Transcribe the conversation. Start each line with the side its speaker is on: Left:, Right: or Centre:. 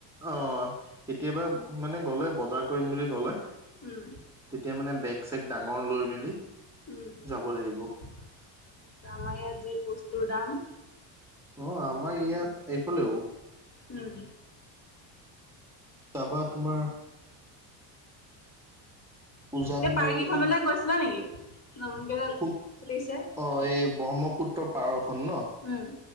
Centre: অ', কেতিয়াবা
Left: উম
Centre: মানে গ'লে বজাৰ কৰিম বুলি গ'লে তেতিয়া
Left: উম
Centre: মানে বেগ চেগ ডাঙৰ লৈ মেলি,
Left: উম,
Centre: যাব
Left: তাক
Centre: লাগিব
Left: আমাৰ ইয়াত যি বস্তুৰ দাম।
Centre: অ', আমাৰ ইয়াত এইফালেও।
Left: উম।
Centre: তাৰপা তোমাৰ, উজান
Left: সেই পাৰ
Centre: বজাৰ
Left: কেইখনলৈ গৈছিলা নেকি? নতুন কে জে
Centre: কোন
Left: খুলিছে।
Centre: অ', এই ব্ৰহ্মপুত্ৰ পাৰৰখন ন?
Left: উম